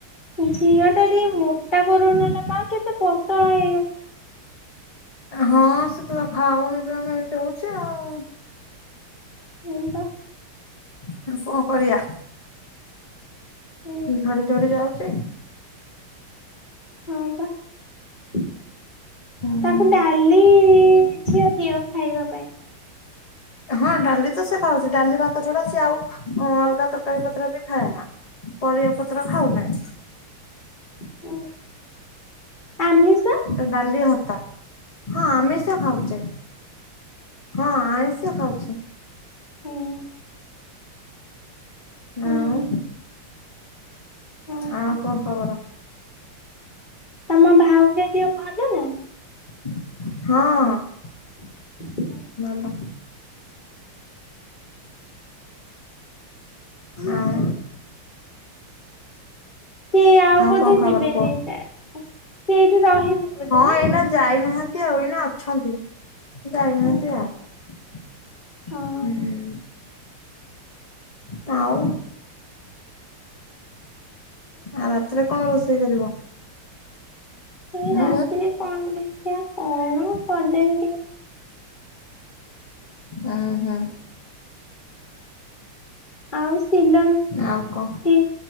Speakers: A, on the left; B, on the left.
A: ଝିଅ ଟା ଟିକେ ମୋଟା କରୁନ ଲୋ ମା କେତେ ପତଳା ହେଇଗଲେ।
B: ହଁ ସେତ ଖାଉନି ପିଉନି ଏମିତି ହଉଛି ଆଉ।
A: ହଁ ବା
B: କଣ କରିବା?
A: ହୁଁ
B: ଝଡି ଝଡି ଯାଉଛି।
A: ହଁ ପା ତାକୁ
B: ହୁଁ
A: ଡା କାଲି ଝିଅ ଦିଅ ଖାଇବା ପାଇଁ
B: ହଁ ଡାଲି ତ ସେ ଖାଉଛି ଡାଲି ଭାତ ଛଡା ସିଏ ଆଉ ଅଲଗା ତରକାରୀ ପତ୍ର ବି ଖାଏ ନା। ପରିବା ପତ୍ର ଖାଉନାହିଁ।
A: କୁ ଆମିଷ।
B: ଡାଲି ଭାତ, ହଁ ଆମିଷ ଖାଉଛେ। ହଁ ଆଇଁଷ ଖାଉଛି।
A: ହୁଁ।
B: ନାଁଉଁ
A: ହୁଁ। ଓହୋ
B: ଆଉ କଣ ଖବର?
A: ତମ ଭାଉଜ ଦିହ ଭଲ ନା?
B: ହଁ।
A: <unintelligible>
B: ଭଲ। ଆଉଁ
A: ସେ ଆଉ ବୋଧେ
B: କଣ ଖବର
A: ଯିବେନି
B: କୁହ?
A: ସିଆଡ଼େ। ସେ ଏଇଟି ରହିବେ। ବୋଧେ
B: ହଁ
A: ନା
B: ଏଇନା
A: କି?
B: ଯାଇନାହାନ୍ତି ଆଉ ଏଇନା ଅଛନ୍ତି ଯାଇନାହାନ୍ତି
A: ହୁଁ
B: ଆଉ।
A: ହଁ
B: ହୁଁ। ତାଉଁ। ଆଉ ରାତିରେ କଣ ରୋଷେଇ କରିବ?
A: ଏଇ
B: ଉଁ
A: ରାତିରେ କଣ ଦେଖିବା କଣ କଲେବି
B: ଉଁ, ହୁଁ।
A: ଆଉ ସିଲନ୍
B: ଆଉ କଣ
A: ସି